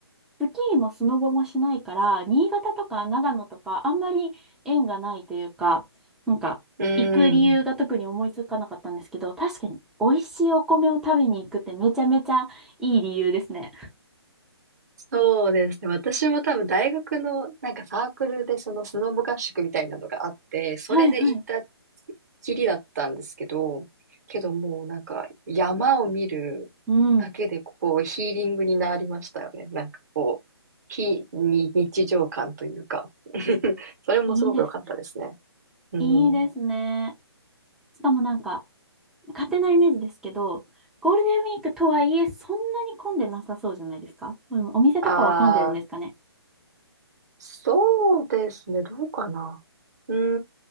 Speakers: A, in the centre; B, on the right (about 40°).
A: スキーもスノボもしないから、新潟とか長野とか、あんまり縁がないというか、なんか、
B: う
A: 行く理由が特に思いつかなかったんですけど、
B: ん。
A: 確かに美味しいお米を食べに行くってめちゃめちゃいい理由ですね。
B: そうですね。私も多分大学のなんかサークルでそのスノボ合宿みたいなのがあって、それで行った
A: はいはい。
B: きりだったんですけど、けどもうなんか山を見るだけでこうヒーリングになりましたよね。
A: うん。
B: なんかこう、非に日常感というか <laughs> それもすごく良かったですね。
A: いいですね。
B: うん。
A: いいですね。しかもなんか、勝手なイメージですけど、ゴールデンウィークとはいえ、そんなに混んでなさそうじゃないですかでもお店とかは混んでるんですかね
B: ああ。そうですね。どうかな。うー